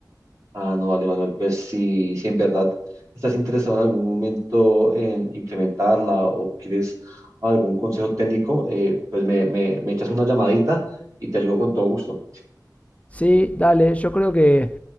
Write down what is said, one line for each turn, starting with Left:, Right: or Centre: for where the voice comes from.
Right: Ah, no, vale, Manuel, pues si, si en verdad estás interesado en algún momento en implementarla o quieres algún consejo técnico, eh, pues me, me, me echas una llamadita y te ayudo con todo gusto.
Left: Sí, dale, yo creo que